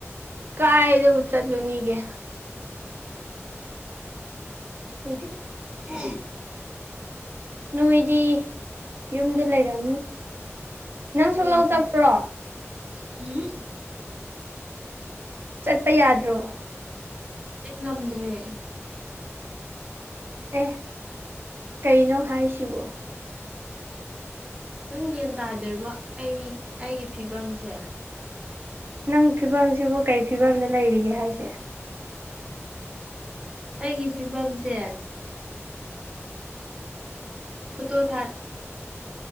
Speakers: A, on the right; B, on the right.
A: ꯀꯥꯏꯗ ꯆꯠꯂꯨꯅꯤꯒꯦ ꯄꯦꯗꯤ
B: ꯎꯝ
A: ꯅꯣꯏꯗꯤ ꯌꯨꯝꯗ ꯂꯩꯔꯝꯅꯤ ꯅꯪ ꯁꯣꯂꯥꯎ
B: ꯎꯝ
A: ꯆꯠꯄ꯭ꯔꯣ
B: ꯎꯝ
A: ꯆꯠꯄ ꯌꯥꯗ꯭ꯔꯣ
B: ꯑꯩ ꯉꯝꯗ꯭ꯔꯦ
A: ꯑꯦ ꯀꯩꯅꯣ ꯍꯥꯏꯁꯤꯕ
B: ꯅꯪ ꯌꯦꯒꯟ ꯇꯥꯗꯣꯔꯤꯕꯣ ꯑꯩ ꯑꯩꯒꯤ ꯐꯤꯕꯝꯁꯦ
A: ꯅꯪ ꯐꯤꯕꯝꯁꯤꯕꯨ ꯀꯔꯤ ꯐꯤꯕꯝꯗ ꯂꯩꯔꯤꯒꯦ ꯍꯥꯏꯁꯦ
B: ꯑꯩꯒꯤ ꯐꯤꯕꯝꯁꯦ ꯐꯇꯣ ꯊꯥ